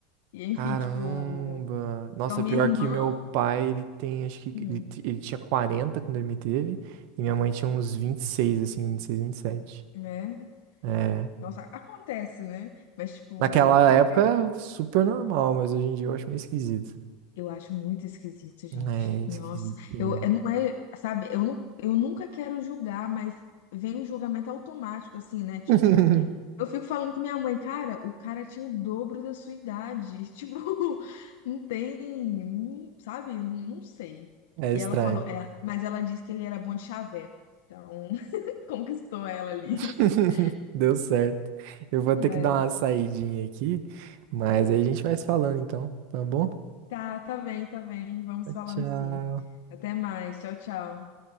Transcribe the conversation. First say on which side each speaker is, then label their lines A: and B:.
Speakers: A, on the left; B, on the right.
A: E, enfim,
B: Caramba!
A: tipo...
B: Nossa,
A: Então, minha
B: pior
A: irmã...
B: que meu pai, ele tem, acho que
A: hum,
B: ele, t- ele tinha 40 quando ele me teve, e minha mãe tinha uns 26 assim, vinte vinte e seis vinte e sete
A: né?
B: É.
A: Nossa, acontece, né? Mas, tipo...
B: Naquela época, super normal, mas hoje em dia eu acho meio esquisito.
A: Eu acho muito esquisito, gente.
B: É, esquisitinho.
A: Nossa, eu, eu não é, sabe, eu, não, eu nunca quero julgar, mas vem um julgamento automático, assim, né? Tipo,
B: <laughs>
A: eu fico falando com minha mãe, cara, o cara tinha o dobro da sua idade. <laughs> Tipo, não tem, não- sabe? Não sei.
B: É
A: E
B: estranho.
A: ela falou, é, mas ela disse que ele era bom de chaveco. Então, <laughs> conquistou ela ali.
B: <laughs>
A: <laughs>
B: Deu certo. Eu vou
A: É.
B: ter que dar uma saidinha aqui, mas aí a gente vai se falando então, tá bom?
A: Tá, tá bem, tá bem. Vamos falando
B: Tchau.
A: sim. Até mais. Tchau, tchau.